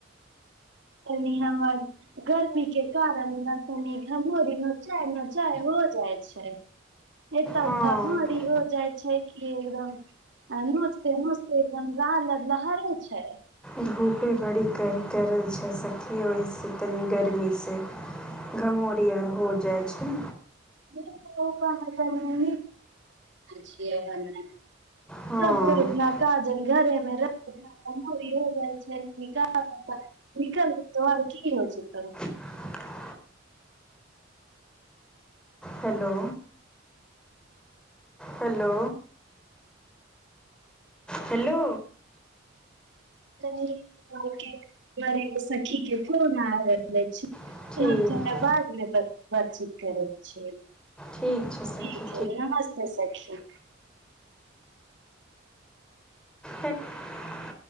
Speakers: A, on the right; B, in the centre.
A: तनि हमर गर्मी के कारण इहाँ तनि घमौरी नोचाय नोचाय हो हो जाइ छै एता
B: हँ
A: घमौरी हो जाइ छै कि एकदम आ नोचते नोचते एकदम लाल लहरे छै
B: धूपे बड़ी करकरैल छै सखी ओहिसँ तनी गरमीसँ घमौरी आर हो जाइ छै
A: न छियै हमे <unintelligible>
B: हँ
A: तब बोल एतना का जानि घरमे रहेके घमोरी हो जाइ छै निका निकल कि हेतै <unintelligible> होइछै तऽ
B: <inaudible> हेलो हेलो हेलो
A: तनी के करैले सखी के फोन आ रहलै छी तऽ
B: ठीक
A: हम जौना बादमे बात बातचीत करैत छियै
B: ठीक छै सखी
A: ठीक छै नमस्ते सखी
B: हट <inaudible>